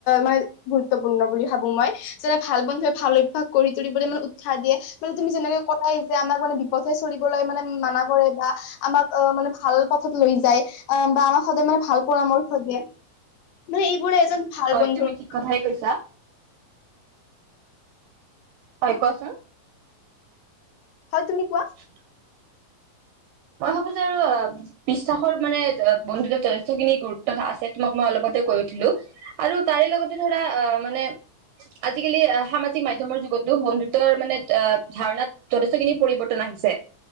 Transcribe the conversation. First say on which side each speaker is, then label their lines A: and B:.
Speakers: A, on the left; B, on the right.
A: মানে গুৰুত্বপূৰ্ণ বুলি ভাবো মই। যেনে ভাল বন্ধুৱে ভাল অভ্যাস কৰি তুলিবলৈ মানে উৎসাহ দিয়ে মানে তুমি যেনেকে কথা যে আমাক মানে বিপথে চলিবলৈ মানা কৰে বা আমাক অ মানে ভাল পথত লৈ যায়, বা আমাক সদায় মানে ভাল পৰামৰ্শ দিয়ে। মানে এইবোৰে এজন ভাল
B: হয়
A: বন্ধুৰ
B: তুমি ঠিক কথাই কৈছা হয় কোৱাচোন!
A: হয় তুমি কোৱা।
B: <inaudible> মই ভাবো যে আৰু বিশ্বাসৰ মানে বন্ধুত্বত যথেষ্টখিনি গুৰুত্ব আছে তোমাক মই অলপতে কৈ উঠিলো। আৰু তাৰে লগতে ধৰা অ' মানে আজিকালি সামাজিক মাধ্যমৰ যুগতো বন্ধুত্বৰ মানে ধাৰণাত যথেষ্টখিনি পৰিৱৰ্তন আহিছে